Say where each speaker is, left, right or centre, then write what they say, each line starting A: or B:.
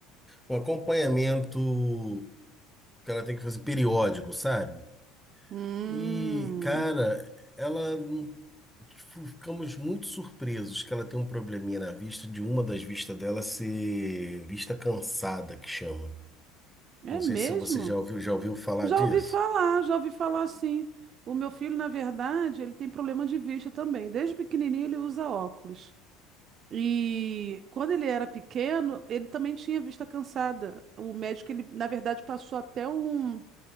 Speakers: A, in the centre; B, on the right.
A: um acompanhamento que ela tem que fazer periódico, sabe?
B: Hum,
A: E, cara, ela não- tipo, ficamos muito surpresos que ela tem um probleminha na vista, de uma das vistas dela ser vista cansada, que chama.
B: é
A: Não sei
B: mesmo?
A: se você já ouviu, já ouviu falar
B: Já
A: disso.
B: ouvi falar, já ouvi falar assim. O meu filho, na verdade, ele tem problema de vista também. Desde pequenininho ele usa óculos. E quando ele era pequeno, ele também tinha vista cansada. O médico, ele, na verdade, passou até um